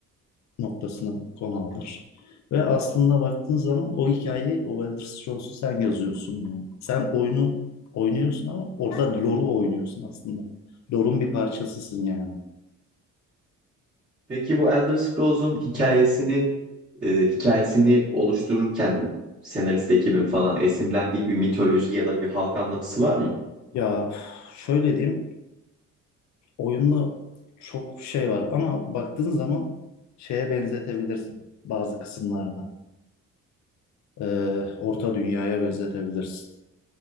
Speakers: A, on the left; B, on the right.
A: noktasını konu alır. Ve aslında baktığın zaman o hikayeyi, o Elder Scrolls'u sen yazıyorsun yani. Sen oyunu oynuyorsun ama orada lore'u oynuyorsun aslında. Lore'un bir parçasısın yani.
B: Peki bu Elder Scrolls'un hikayesini e, hikayesini oluştururken bu senarist ekibin falan esinlendiği bir mitoloji ya da bir halk anlatısı var mı?
A: Ya üf, şöyle diyeyim, oyunda çok şey var ama baktığın zaman şeye benzetebilirsin bazı kısımlarına. Ee, Orta Dünya'ya benzetebilirsin.